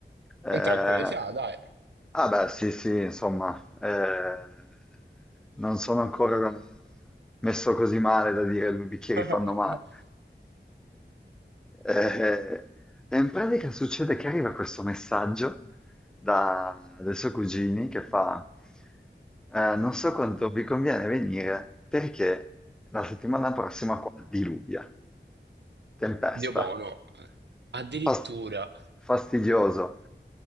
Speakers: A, in the centre; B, on the right.
A: Eh,
B: Entra qui, sì, ah, dai.
A: ah beh, sì, sì, insomma, eh, non sono ancora messo così male da dire due bicchieri
B: <laughs>
A: fanno male. Eh, e in pratica succede che arriva questo messaggio da, dai suoi cugini che fa, eh, non so quanto vi conviene venire perché la settimana prossima qua diluvia, tempesta,
B: Dio buono. Addirittura.
A: Fasti- fastidioso.